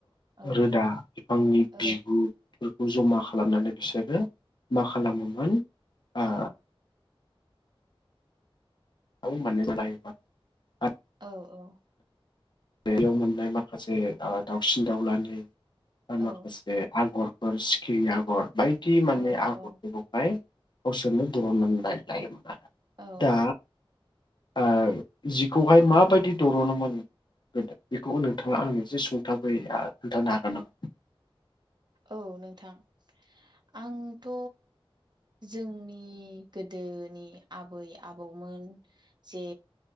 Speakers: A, on the right (about 50°); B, on the left (about 50°).
A: औ
B: रोदा बिफांनि
A: औ
B: बिगुर फोरखौ जमा खालामनानै बिसोरो मा खालामोमोन ओ
A: औ
B: <unintelligible>
A: औ ओ।
B: बेयाव मोननाय माखासे ओ दाउसिन दावलानि बा
A: औ
B: माखासे आगर गर सिखिरि आगर बायदि माने
A: औ
B: आगरफोरखौफोरखौहाय गावसोरनो दुहुननानै <unintelligible>
A: औ
B: दा ओ जिखौहाय माबायदि दिर'नोमोन गोदो बेखौबो नोंथाङा आंनो एसे सुंथाबै आ खोन्थानो हागोन नामा?
A: औ नोंथां आंथ' जोंनि गोदोनि आबै आबौमोन जे